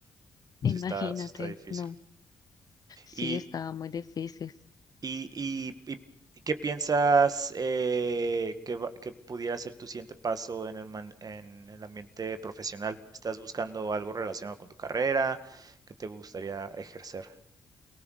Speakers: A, on the left; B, on the right.
A: Imagínate,
B: si está, sí está difícil.
A: no, sí,
B: Y
A: estaba muy difícil.
B: ¿Y, y- y- y qué piensas eh, que, va- que pudiera ser tu siguiente paso en el, man- en el ambiente profesional? ¿Estás buscando algo relacionado con tu carrera que te gustaría ejercer?